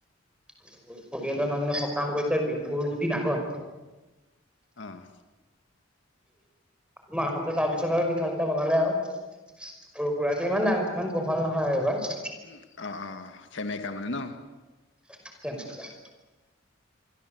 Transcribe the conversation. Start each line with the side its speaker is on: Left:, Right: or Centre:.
Centre: পৰিয়ালৰ মানুহজনৰ সকাম গৈছে বিহুৰ দুদিন আগত।
Left: অহ।
Centre: মাহঁতে তাৰ পিছত আৰু পিঠা-চিঠা বনালে আৰু। সৰু-সুৰাকে, ইমান ডাঙ, ইমান বহল নহয় আৰু এইবাৰ।
Left: উম, অ, অ, সেমেকা মানে ন।
Centre: <unintelligible>